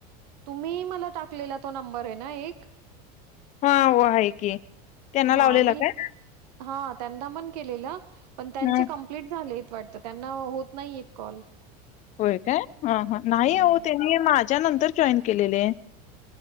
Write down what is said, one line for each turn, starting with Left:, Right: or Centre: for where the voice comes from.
Right: तुम्ही मला टाकलेला तो नंबर आहे ना एक
Left: हा हो आहे की त्यांना
Right: ह
Left: लावलेला
Right: मी
Left: काय
Right: हा त्यांना मन केलेलं पण त्यांचे
Left: ह
Right: कंप्लिट झाले वाटतं त्यांना होत नाही येत कॉल.
Left: होय काय हा हा नाही
Right: हं.
Left: हो तेनी माझ नंतर जॉईन केलेले.